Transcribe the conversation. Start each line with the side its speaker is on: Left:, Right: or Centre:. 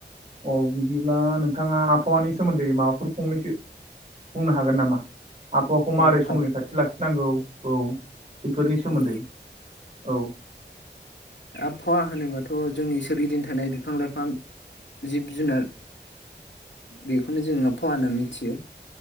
Right: औ बिदिब्ला नोंथाङा आबहावानि सोमोन्दै माबाफोर फंनैसो बुंनो हागोन नामा? आबहावाखौ माबारै
Left: औ
Right: संरैखाथि
Left: हागोन
Right: लाखिनांगौ औ बेफोरनि सोमोन्दै?
Left: औ
Right: औ
Left: आबहावा होनोबाथ' जोंनि सोरगिदिं थानाय बिफां लाइफां जिब जुनार बेखौनो जोङो आबहावा होनना मिथियो।